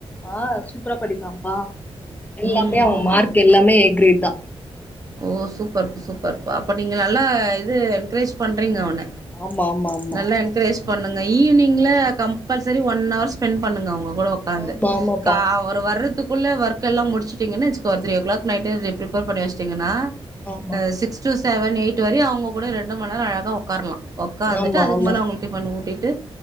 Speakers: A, on the left (about 15°); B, on the right (about 35°).
A: ஆ சூப்பரா படிப்பாம் பா எல்லாமே
B: ம்
A: அவ
B: ம்
A: மார்க் எல்லாமே ஏ கிரேட் தா
B: ஓ சூப்பர் சூப்பர்ப்பா அப்ப நீங்க நல்லா இது என்க்ரேஜ் பண்றீங்க அவன
A: ஆமா ஆமா ஆமா
B: நல்லா என்க்ரேஜ் பண்ணுங்க ஈவினிங்ல கம்பல்சரி ஒன் அவர் ஸ்பெண்ட் பண்ணுங்க அவுங்க கூட உக்காந்து
A: ஆமா ஆமாப்பா
B: க அவரு வர்றதுக்குள்ள ஒர்க் எல்லா முடிச்சுட்டீங்கன்ன வெச்சிக்கோ three o'clock night prepare பண்ணி வெச்சிட்டீங்கன்னா
A: ஆமா
B: அ six two seven eight வரயு அவுங்க கூட ரெண்டு மண் நேரோ அழகா உக்காரலா உக்காந்துட்டு
A: ஆமா
B: அதுக்கு
A: ஆமா
B: மேல அவுங்களுக் டிஃபன் ஊட்டிட்டு